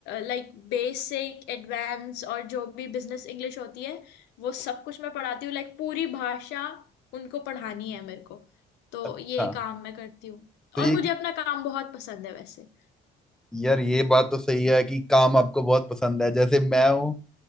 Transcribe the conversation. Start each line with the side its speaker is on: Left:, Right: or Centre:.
Left: लाइक बेसिक एडवांस और जो भी बिजनेस इंग्लिश होती है वो सब कुछ मैं पढ़ाती हूँ लाइक पूरी भाषा उनको पढ़ानी है मेरे को तो
Centre: अच्छा
Left: ये काम मैं करती हूँ
Centre: तो
Left: और
Centre: ये
Left: मुझे अपना काम बहुत पसंद है वैसे
Centre: यार ये बात तो सही है कि काम आपको बहुत पसंद है जैसे मैं हूँ